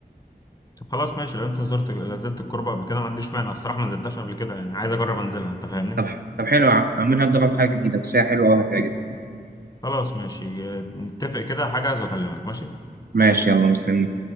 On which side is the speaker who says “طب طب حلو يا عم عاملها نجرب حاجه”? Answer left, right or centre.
Right